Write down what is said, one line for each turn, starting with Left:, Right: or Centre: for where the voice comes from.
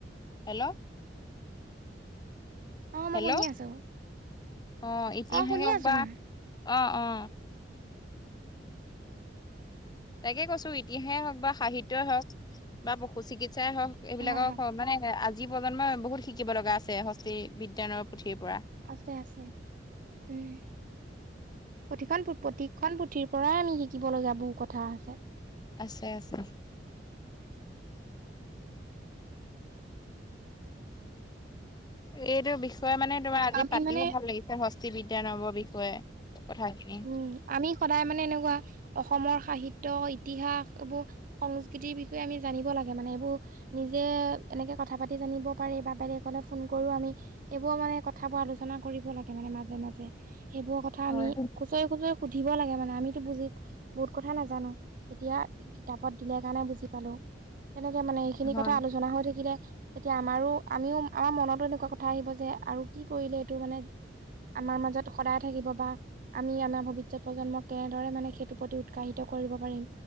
Left: হেল্ল'।
Right: অ
Left: হেল্ল'
Right: মই শুনি আছো
Left: অ ইতিহাসওক
Right: শুনি আছো
Left: বা
Right: মই
Left: অ অ। তাকে কৈছো ইতিহাসেই হওক বা সাহিত্যই হওক বা পশু চিকিৎসাই হওক এইবিলাকৰ
Right: হয় হয়
Left: স মানে হে আজি প্ৰজন্মই বহুত শিকিব লগা আছে হস্তি বিজ্ঞানৰ পুথিৰ পৰা
Right: আছে আছে উম প্ৰতিখন প্ৰতিখন পুথিৰ পৰাই আমি শিকিবলগীয়া বহু কথা আছে
Left: আছে আছে এইটো বিষয়ে মানে তোমাৰ আজি
Right: আমি
Left: পাতিও
Right: মানে
Left: ভাল লাগিছে হস্তি বিজ্ঞানৰ বিষয়ে কথা উ
Right: উম আমি সদায় মানে এনেকুৱা অসমৰ সাহিত্য ইতিহাস এইবোৰ সংস্কৃতিৰ বিষয়ে আমি জানিব লাগে মানে এইবোৰ নিজে এনেকৈ কথা পাতি জানিব পাৰি বা বেলেকলৈ ফোন কৰোঁ আমি এইবোৰৰ মানে কথাবোৰ আলোচনা কৰিব লাগে মানে মাজে মাজে এইবোৰৰ কথা
Left: হয়।
Right: আমি খুচৰি খুচৰি সুধিব লাগে মানে আমিতো বুজি বহুত কথা নাজানো এতিয়া কিতাপত দিলে কাৰণে বুজি পালো তেনেকে মানে সেইখিনি
Left: হয়
Right: কথা আলোচনা হৈ থাকিলে তেতিয়া আমাৰো আমিও আমাৰ মনতো এনেকুৱা কথা আহিব যে আৰু কি কৰিলে এইটো মানে আমাৰ মাজত সদায় থাকিব বা আমি আমাৰ ভৱিষ্যত প্ৰজন্মক কেনেদৰে মানে সেইটোৰ প্ৰতি উৎসাহিত কৰিব পাৰিম